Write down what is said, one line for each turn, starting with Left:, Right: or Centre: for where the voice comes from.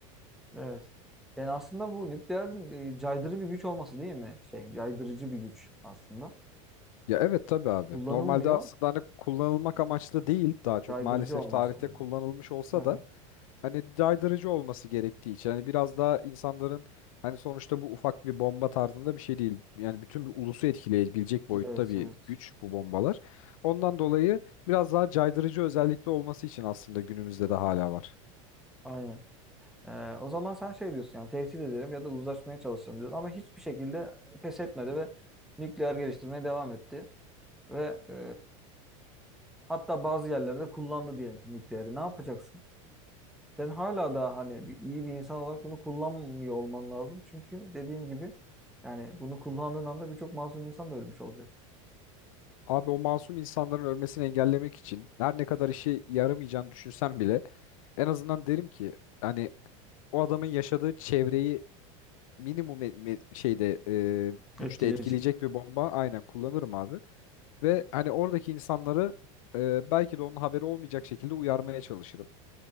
Centre: Evet. Yani aslında bu nükleerin e, caydırıcı bir güç olması değil mi? Şey, caydırıcı bir güç aslında.
Left: Ya evet tabii abi.
Centre: Kullanılmıyor,
Left: Normalde aslında hani kullanılmak amaçlı değil daha çok.
Centre: caydırıcı
Left: Maalesef
Centre: olması
Left: tarihte
Centre: önemli.
Left: kullanılmış olsa
Centre: Aha.
Left: da hani caydırıcı olması gerektiği için hani biraz daha insanların hani sonuçta bu ufak bir bomba tarzında bir şey değil. Yani bütün bir ulusu etkileyebilecek boyutta
Centre: Evet,
Left: bir
Centre: evet.
Left: güç bu bombalar. Ondan dolayı biraz daha caydırıcı özellikte olması için aslında günümüzde de hala var.
Centre: Aynen. Ee, o zaman sen şey diyorsun yani tehdit ederim ya da uzlaşmaya çalışırım diyorsun. Ama hiçbir şekilde pes etmedi ve nükleer geliştirmeye devam etti. Ve e, hatta bazı yerlerde kullandı diyelim ki nükleeri. Ne yapacaksın? Sen hala da hani bir, iyi bir insan olarak bunu kullanmıyor olman lazım. Çünkü dediğim gibi yani bunu kullandığın anda birçok masum insan da ölmüş olacak.
Left: Abi o masum insanların ölmesini engellemek için her ne kadar işe yaramayacağını düşünsem bile en azından derim ki hani o adamın yaşadığı çevreyi minimum e- me- şeyde e, güçte
Centre: Etkileyecek.
Left: etkileyecek bir bomba aynen kullanırım abi. Ve hani oradaki insanları e, belki de onun haberi olmayacak şekilde uyarmaya çalışırım.